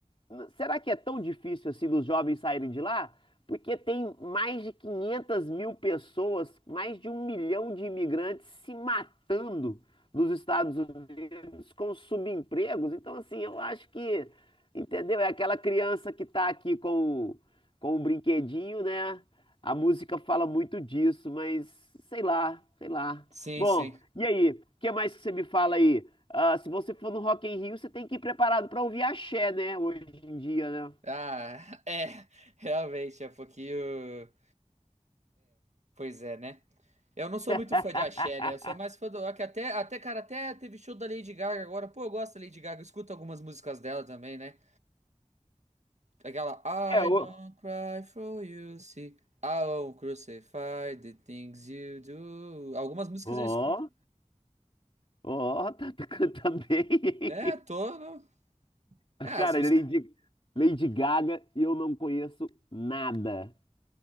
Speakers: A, on the left (about 45°); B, on the right (about 65°).
A: n- será que é tão difícil assim dos jovens saírem de lá? Porque tem mais de 500 mil pessoas, mais de um milhão de imigrantes se matando nos Estados com subempregos. Então, assim, eu acho que, entendeu? É aquela criança que tá aqui com, o- com o brinquedinho, né? A música fala muito disso, mas sei lá, sei lá.
B: sim,
A: Bom,
B: sim.
A: e aí? O que mais que você me fala aí? Ah, se você for no Rock in Rio, você tem que ir preparado pra ouvir axé, né? Hoje em dia, né?
B: Ah, <laughs> é, realmente, é um pouquinho. Pois é, né? Eu não sou muito
A: <laughs>
B: fã de axé, né? Eu sou mais fã do rock. Até, até, cara, até teve show da Lady Gaga agora. Pô, eu gosto da Lady Gaga. Eu escuto algumas músicas dela também, né? Aquela I
A: É, o...
B: don't cry for you, see. I won't crucify the things you do. Algumas músicas
A: Ó,
B: eu escuto.
A: ó, tá cantando bem.
B: É, tô. no-
A: <laughs>
B: É, as
A: Cara,
B: músicas.
A: Lady, Lady Gaga, eu não conheço nada.